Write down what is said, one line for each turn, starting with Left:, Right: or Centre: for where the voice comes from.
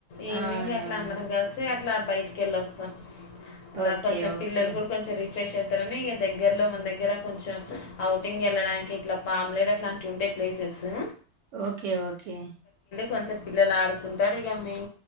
Left: ఈవినింగ్
Right: అవునవును.
Left: అట్లా అందరం కలిసి అట్లా బయటికి వెళ్ళి వస్తాం ఇలా
Right: ఓకే.
Left: కొంచెం
Right: ఓకే.
Left: పిల్లలు కూడా కొంచెం రిఫ్రెష్ అయిత్ తరని ఇక దగ్గర్లో మన దగ్గర కొంచెం అఔటింగ్ వెళ్ళడానికి ఇట్లా పామ్లేర్ అలాంటి ఉంటయి ప్లేస్ సూ
Right: ఓకే ఓకే
Left: కొంచసేప్ పిల్లలు ఆడుకుంటారు ఇక మేం